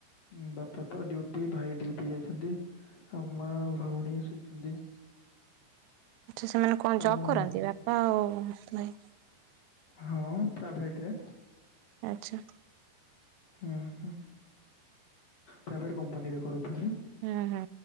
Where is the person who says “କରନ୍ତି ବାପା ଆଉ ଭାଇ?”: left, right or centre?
Right